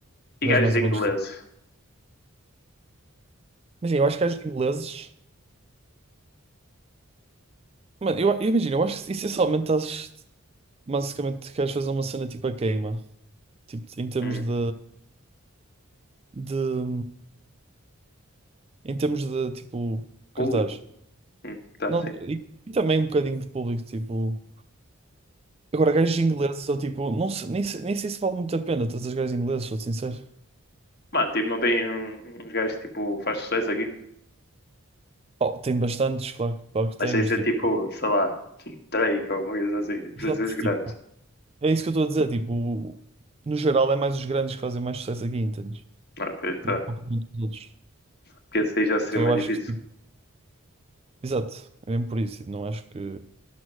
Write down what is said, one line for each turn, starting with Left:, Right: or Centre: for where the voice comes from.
Left: e
Right: vez
Left: gajos
Right: mais
Left: ingleses.
Right: ou menos tipo. Imagina, eu acho que as ingleses. Mano, eu, eu imagino, eu acho que essencialmente estás. Basicamente, queres fazer uma cena tipo a queima. Tipo, em termos
Left: Hum,
Right: de, de. Em termos de, tipo,
Left: público.
Right: cartaz.
Left: Hum, tá,
Right: Não,
Left: sim.
Right: e, e também um bocadinho de público, tipo. Agora, gajos ingleses, ou tipo, não sei- nem, sei- nem sei se vale muito a pena trazer gajos ingleses, sou sincero.
Left: Mano, tipo, não tem um- uns gajos que tipo, faz sucesso aqui.
Right: Oh, tem bastantes, claro, que- claro que tem,
Left: Mas isso
Right: mas
Left: é
Right: tipo,
Left: tipo,
Right: pá,
Left: sei lá, <laughs> Drake ou alguma coisa assim. Tipo, precisa
Right: exato,
Left: os grandes.
Right: tipo, é isso que eu estou a dizer, tipo, no geral é mais os grandes que fazem mais sucesso aqui, entendes?
Left: Ok, tá.
Right: Não é propriamente os outros.
Left: Porque esse aí já seria
Right: Então
Left: mais
Right: eu acho
Left: difícil.
Right: que, tipo, exato, é mesmo por isso, tipo, não acho que,